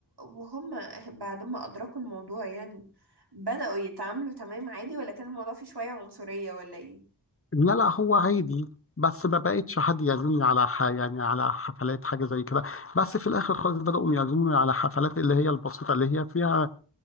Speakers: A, on the right; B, on the left.
A: وهم بعد ما أدركوا الموضوع يعني بدأوا يتعاملوا تمام عادي ولا كان الموضوع فيه شوية عنصرية ولا ايه
B: لا لا هو عادي بس ما بقتش حد يعزمني على ح... يعني على حفلات حاجه زي كده بس في الاخر خالص بداوا يعزموني على حفلات اللي هي البسيطه اللي هي فيها